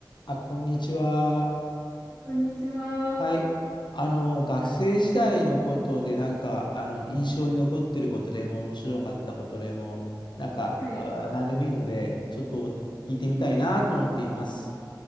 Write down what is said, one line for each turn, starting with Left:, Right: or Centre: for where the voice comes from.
Left: あ、こんにちは。
Right: こんにちは。
Left: はい。あの、学生時代のことで、なんか、あの、印象に残ってることでも、面白かったことでも、なんか、
Right: はい。
Left: あー、何でもいいので、ちょっと聞いてみたいなと思っています。